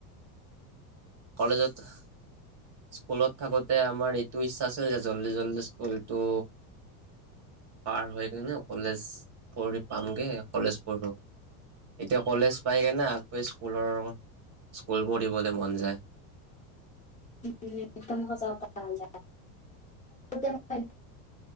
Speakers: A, on the right (about 35°); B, on the left (about 15°).
A: কলেজত স্কুলত থাকোতে আমাৰ এইটো ইচ্ছা আছিল যে জল্দি জল্দি স্কুলটো পাৰ হৈ কিনে কলেজ পঢ়ি পামগে কলেজ পঢ়ো এতিয়া কলেজ পাই কিনে আকৌ স্কুলৰ স্কুল পঢ়িবলৈ মন যায়।
B: উম একদম মজা কথা কি চান